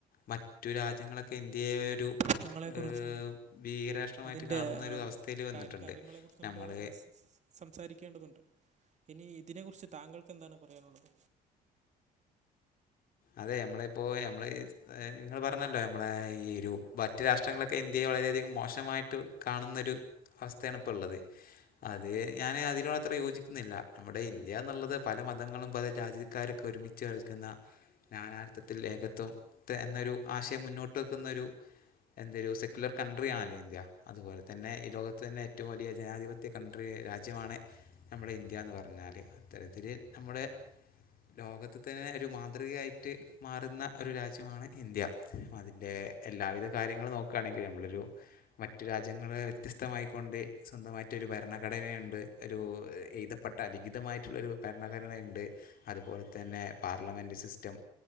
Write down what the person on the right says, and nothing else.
പ്രശ്നങ്ങളെ
കുറിച്ചും
അതിന്റെ
കാര്യകാര്യങ്ങളെ കുറിച്ചും നമ്മള്
സംസാരിക്കേണ്ടതുണ്ട് ഇനി ഇതിനെ കുറിച്ച് താങ്കൾക്ക് എന്താണ് പറയാനുള്ളത്